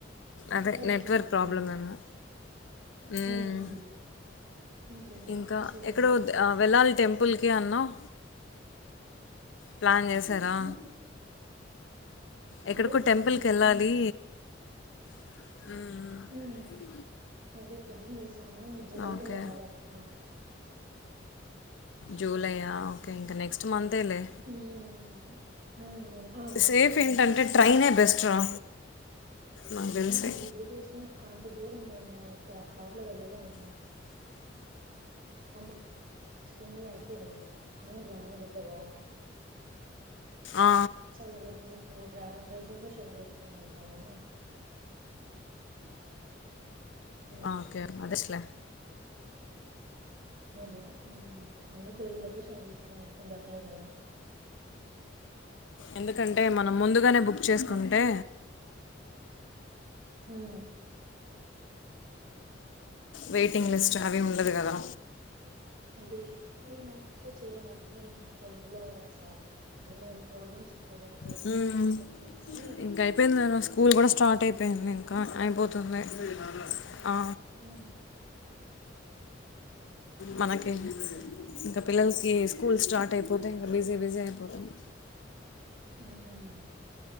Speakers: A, on the left; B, on the right.
A: అదే
B: ఓకే
A: నెట్వర్క్
B: ఓకే
A: ప్రాబ్లమ్ ఏమో హ్మ్మ్
B: మ్మ్ మ్మ్ ఇంకేంటక్క
A: ఇంకా
B: విశేషాలు
A: ఎక్కడో వెళ్ళాలి టెంపుల్కి అన్నవ్ ప్లాన్ చేశారా
B: ఉమ్,
A: ఎక్కడికో
B: అదే ప్లాన్
A: టెంపుల్కియెల్లాలి
B: చేసాము
A: హ్మ్మ్
B: మ్మ్ అదే ప్లాన్ చేసాము జూలైలో
A: ఓకే
B: వెళ్ళాలక్క
A: జూలయ్యా ఓకే ఇంకా నెక్స్ట్ మంతేలే
B: మ్మ్ మ్మ్ ఆ నెక్స్ట్
A: సేఫ్
B: మంతే
A: ఏంటంటే ట్రైనే బెస్ట్ రా నాకు తెలిసి
B: ఆ రిజర్వేషనెక్క అంత దూరం మేము కార్ లో వెళ్ళలేము అంటే వస్తుంది అదే మీ కానీ లాంగ్ కదా
A: ఆ,
B: చా అలా ఎందుకు రిజర్వేషన్ చేసుకుని వెళ్దామని అలా
A: ఓకే అదెట్ల
B: అదే అందుకు ఇ రోషన్ చూసుకుని వెళ్తే బెటర్ కదా
A: ఎందుకంటే మనం
B: ఉమ్,
A: ముందుగానే బుక్ చేసుకుంటే
B: ఉమ్, హ్మ్మ్
A: వెయిటింగ్ లిస్ట్ అవి ఉండదు కదా
B: అది ఈ మంత్ లో చేయాలక ఈ మంత్ ఎండ్ లో అట్లా ప్రాబ్లమ్స్ ఉంటాయి కదా బేస్
A: హుమ్
B: ప్రాబ్లమ్స్ చూసుకొని
A: ఇంక అయిపోయింది నాన స్కూల్
B: ఉమ్,
A: కూడా స్టార్ట్ అయిపోయింది
B: చేయాలి
A: ఇంకా అయిపోతు ఉంది ఆ
B: ఉమ్,
A: మనకి
B: అదే అక్క
A: ఇంకా పిల్లలు ఇ స్కూల్ స్టార్ట్ అయిపోతే ఇంకా బిజీ బిజీ అయిపోతుంది
B: హ్మ్మ్